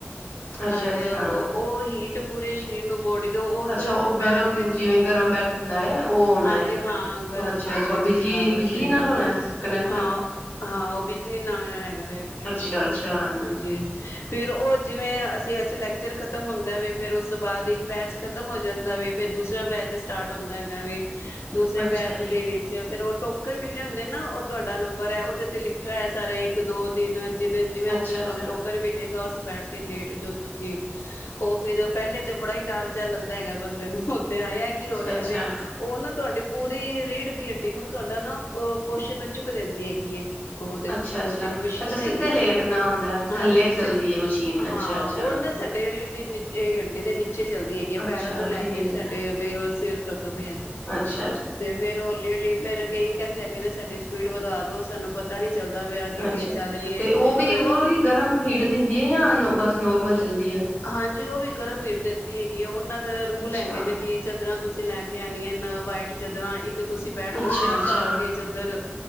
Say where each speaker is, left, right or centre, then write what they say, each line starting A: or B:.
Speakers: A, on the left; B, on the left.
A: ਅੱਛਾ
B: ਹਾਂਜੀ
A: ਅੱਛਾ
B: ਉਹ ਉਹ ਹੀਟ ਪੂਰੇ ਸਰੀਰ ਨੂੰ ਬੋਡੀ ਦੇ ਉਸ
A: ਅੱਛਾ ਉਹ
B: ਬੈਡ
A: ਗਰਮ
B: ਦੇ ਉਤੇ
A: ਜਿਵੇਂ ਗਰਮ ਬੈਡ ਹੁੰਦਾ ਹੈ ਉਹ ਹੋਣਾ
B: ਹਾਂਜੀ
A: ਹੈ
B: ਹਾਂ ਗਰਮ
A: ਅੱਛਾ
B: ਬੈਡ
A: ਅੱਛਾ
B: ਜਿਵੇਂ
A: ਬਿਜਲੀ
B: ਲਾ ਲੋ
A: ਬਿਜਲੀ
B: ਤੇ
A: ਨਾਲ ਹੋਣਾ ਕਨੈਕਟ
B: ਹਾਂ ਹਾਂ ਉਹ ਵੀ ਜੀ ਨਾਲ ਹੈਗਾ ਹੋਵੇ ਕਨੈਕਟ
A: ਅੱਛਾ-ਅੱਛਾ,
B: ਨ ਹਾਂਜੀ
A: ਅੱਛਾ
B: ਫਿਰ ਉਹ ਜਿਵੇਂ ਅਸੀਂ ਅੱਛਾ ਲੈਕਚਰ ਖਤਮ ਹੁੰਦਾ ਵਵੇ ਫਿਰ ਉਸ ਤੋਂ ਬਾਅਦ ਇੱਕ ਬੈਚ ਖਤਮ ਹੋ ਜਾਂਦਾ ਵਵੇ ਫਿਰ ਦੂਸਰਾ ਬੈਚ ਸਟਾਰਟ ਹੁੰਦਾ ਹੈਗਾ ਵੀ ਹ <unintelligible> ਦੂਸਰੇ
A: ਅੱਛਾ
B: ਬੈਚ
A: ਜੀ,
B: ਦੇ ਵਿੱਚ ਫੇਿਰ ਉਹ ਟੋਕਨ ਮਿਲਲੇ ਹੁੰਦੇ ਨਾ ਉਹ ਤੁਹਾਡਾ ਨੰਬਰ ਹੈ ਉਹਦੇ ਤੇ ਲਿਖਿਆ ਹੋਇ ਸਾਰਾ ਇੱਕ ਦੋ ਤਿੰਨ ਜਿਵੇਂ ਜਿਵੇਂ
A: ਅੱਛਾ-ਅੱਛਾ,
B: ਜੋ ਤੁਹਾਨੂੰ ਟੋਕਨ
A: ਅੱਛਾ-ਅੱਛਾ।
B: ਮਿਲੇਗਾ ਉਸ ਬੈਡ ਤੇ ਲੇਟ ਜੋ ਤੁਸੀਂ ਉਹ ਫਿਰ ਪਹਿਲੇ ਤੇ ਬੜਾ ਹੀ ਡਰ ਜਿਹਾ ਲੱਗਦਾ ਹੈਗਾ ਬੰਦੇ ਨੂੰ ਤੇ ਆਇਆ ਕੀ ਹੋ ਰਿਹਾ
A: ਅੱਛਾ-ਅੱਛਾ,
B: ਨਾ ਤੁਹਾਡੀ ਪੂਰੀ ਰੀੜ ਦੀ ਅੱਡੀ ਨੂੰ ਤੁਹਾਡਾ ਨਾ ਪੋਸ਼ਣ ਝੁਕ ਦਿੰਦੀ ਹੈਗੀ ਹੈ ਉਹਦੇ
A: ਅੱਛਾ
B: ਉਹ
A: ਅੱਛਾ ਅੱਛਾ
B: ਜਿਹੜੀ ਮਸ਼ੀਨ
A: ਅੱਛਾ ਸਿੱਧੇ
B: ਹੈਗੀ ਨਾ
A: ਲੇਟਨਾ ਹੁੰਦਾ
B: ਹਾਂਜੀ
A: ਥੱਲੇ ਚੱਲਦੀ ਏ ਮਸ਼ੀਨ ਅੱਛਾ-ਅੱਛਾ।
B: ਹਾਂ ਉਹ ਨਾ ਸਾਡੇ ਰੀੜ ਦੀ ਇਹ ਅੱਡੇ ਤੇ ਨ ਅੱਛੇ ਚੱਲਦੀ ਹੈਗੀ ਆ
A: ਅੱਛਾ ਅੱਛਾ
B: ਪੈਰਾਂ ਤੋਂ ਲੈ
A: ਠੀਕ,
B: ਕੇ ਸਾਡੇ ਵੇ ਸਿਰ ਤੱਕ ਵੀ
A: ਅੱਛ
B: ਤੇ ਫੇਰ ਹੌਲੀ ਹੌਲੀ ਫੇਰ ਕਈ ਕਹਿੰਦੇ ਹੈਗੇ ਨੇ ਸਾਡੀ ਸਪੀਡ ਵਧਾ ਦੋ ਸਾਨੂੰ ਪਤਾ ਨੀ ਚੱਲਦਾ ਪਿਆ ਕਿ ਵੀ
A: ਅੱਛਾ
B: ਇਹ ਚੱਲ ਰਹੀ ਹੈ
A: ਤੇ ਉਹ ਵੀ
B: ਫੇਰ
A: ਉਹ ਗਰਮ ਹੀਟ ਦਿੰਦੀ ਹੈ ਯਾ ਬਸ ਨੋਰਮਲ ਚੱਲਦੀ ਹੈ?
B: ਹਾਂਜੀ ਉਹ ਵੀ ਗਰਮ ਮੀਟ ਦਿੰ ਦੀ ਹੈਗੀ ਏ ਉਹਨਾਂ ਦੇ ਰੂਲ
A: ਅੱਛਾ,
B: ਹੈਗੇ ਨੇ ਕਿ ਚਦਰਾਂ ਤੁਸੀਂ ਲੈ ਕੇ ਆਉਣੀਆਂ ਵਾਈਟ ਚਾਦਰਾਂ ਇੱਕ ਤੇ ਤੁਸੀਂ ਬੈਡ ਦੇ
A: ਅੱਛਾ-ਅੱਛਾ,
B: ਉੱਤੇ ਵੀ ਛਾਓਗੇ ਚੱਦਰ